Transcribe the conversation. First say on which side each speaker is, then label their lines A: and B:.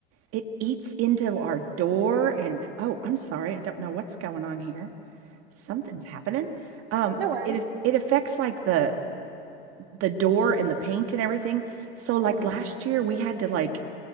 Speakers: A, on the right (about 50°); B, on the right (about 75°).
A: it eats into our door and oh, I'm sorry. I don't know what's going on here. Something's happening. Um
B: No worries.
A: it it affects like the the door and the paint and everything. So like
B: Mhm.
A: last year we had to like